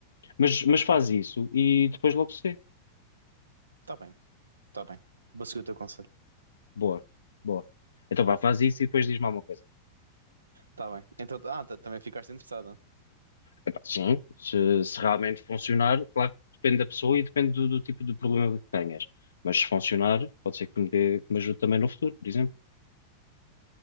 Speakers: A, on the left (about 75°); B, on the right (about 85°).
A: Mas, mas faz isso e depois logo se vê.
B: tá bem, tá bem. Vou seguir o teu conselho.
A: Boa, boa. Então vá, faz isso e depois diz-me alguma coisa.
B: Tá bem. Então, ah, ta- também ficaste interessada.
A: Epá, sim, se, se realmente funcionar, claro que depende da pessoa e depende do, do tipo de problema que tenhas. Mas se funcionar, pode ser que me, dê- que me ajude também no futuro, por exemplo.